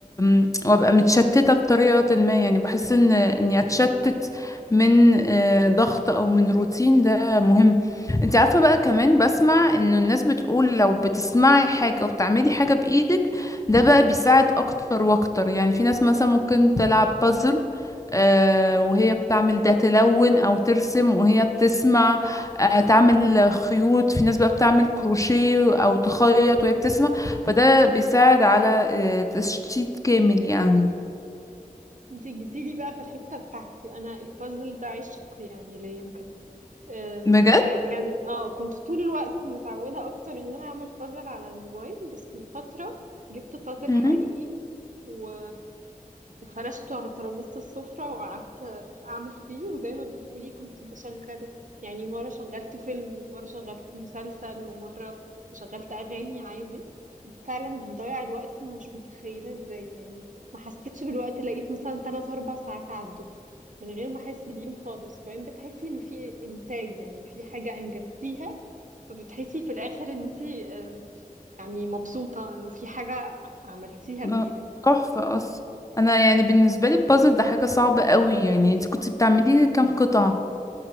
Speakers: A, on the left (about 20°); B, on the right (about 60°).
A: <tsk> وابقى متشتتة بطريقة ما يعني بحس ان اني اتشتت من آه، ضغط او من روتين ده مهم انت عارفة بقى كمان بسمع انه الناس بتقول لو بتسمعي حاجة وبتعملي حاجة بايدك ده بقى بيساعد اكتر واكتر يعني في ناس مثلا ممكن تلعب بازل آه، وهي بتعمل ده تلون او ترسم وهي بتسمع آه، تعمل خيوط في ناس بقى بتعمل كروشيه او تخيط وهي بتسمع فده بيساعد على آه، تشتيت كامل يعني
B: انتي جيتيلي بقى في الحتة بتاعتي انا البازل ده عشق يعني ليا بجد أم،
A: بجد
B: كا- كان اه كنت طول الوقت متعودة اكتر ان انا اعمل بازل على الموبايل بس من فترة جبت بازل
A: مم.
B: حقيقي و... وفرشته على ترابيزة السفرة وقعدت أعمل فيه وزي ما بتقولي كنت بشغل يعني مرة شغلت فيلم ومرة شغلت مسلسل ومرة شغلت أغاني عادي فعلا بيضيع الوقت أنا مش متخيلة ازاي يعني ما حسيتش بالوقت لقيت مثلا تلات أربع ساعات عدوا من غير ما أحس بيهم خالص وبعدين بتحسي إنه في إنتاج يعني في حاجة أنجزتيها فبتحسي في الآخر إن أنتي أم، يعني مبسوطة إنه في حاجة عملتيها
A: لا،
B: بإيدك
A: تحفة اصلا انا يعني بالنسبة لي البازل ده حاجة صعبة قوي يعني انت كنت بتعملي كام قطعة